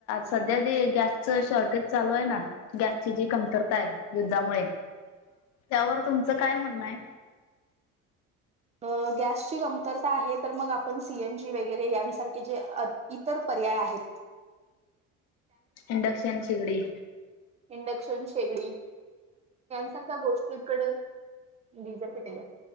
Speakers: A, on the left; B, on the right.
A: ਸਧਿਆ ਦੀ ਗੈਸ ਚ ਸ਼ੋਰਟੇਜ ਚਾਲੂ ਹੈ ਨਾ ਗੈਸ ਚ ਜੀ ਕਮਤਰਤਾ ਹੈ ਯੁੱਧਾ ਮੁ ਤੁਮ ਚ ਕਈ ਮੁਣਾ ਹੈ
B: ਅ ਗੈਸ ਚ ਕਮਤਰਤਾ ਹੈ ਤਾਂ ਮ ਆਪ ਸੀ ਐਨ ਜੀ ਵਗੈਰੇਯ ਸਾਰਕੇੇ ਜੇ ਇਤਰ ਪਰਿਆਏ ਹੈ
A: ਇੰਡਕਸ਼ਨ ਸ਼ਿਗੜੀ
B: ਇੰਡਕਸ਼ਨ ਸ਼ੇਗੜ ਸਾਰਖਾ ਗੋਸ਼ਟੀਕੜ ਡੀਜ਼ਰ ਪਟੇ ਦਾ